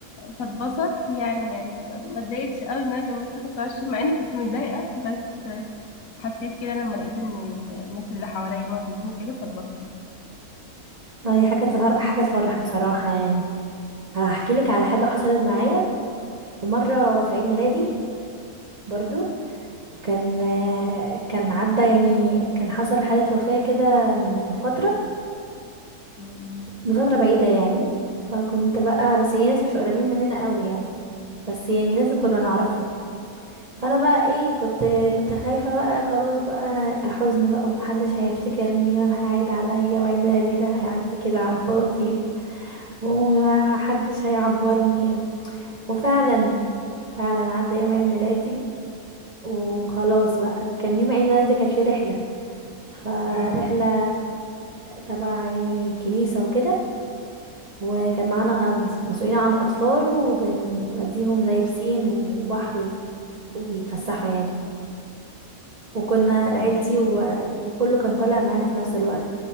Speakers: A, on the left (about 70°); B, on the right (about 70°).
A: فاتبسطت يعني يعني ما اتضايقتش قوي ان انا كملت 25 مع اني كنت متضايقة بس حسيت كده لما لقيت ان الناس اللي حواليا موجودين وكده فاتبسطت
B: ما هي حاجه تفرح حاجه تفرح بصراحه يعني هحكي لك على حاجه حصلت معايا في مره في عيد ميلادي برضو كان كان عدى يعني كان حصل حالة وفاة كده من فترة
A: أمم،
B: من فترة بعيدة يعني فكنت بقى بس هي ناس مش قريبين مننا قوي يعني بس يعني ناس كنا نعرفهم فانا بقى ايه كنت كنت خايفة بقى خلاص بقى حزن بقى ومحدش هيفتكرني ولا هيعيد عليا وعيد ميلادي ده هيعدي كده على الفاضي و- ومحدش هيعبرني وفعلا فعلا عدى يوم عيد ميلادي وخلاص بقى كان يوم عيد ميلادي كانت فيه رحلة فرحلة
A: أمم،
B: تبع يعني كنيسة وكده وكان معانا مس- مسؤولين عن أطفال وبنوديهم زي بسين وبحر و- وبيتفسحوا يعني وكنا لعيلتي
A: طيب
B: و... وكله كان طالع معانا في نفس الوقت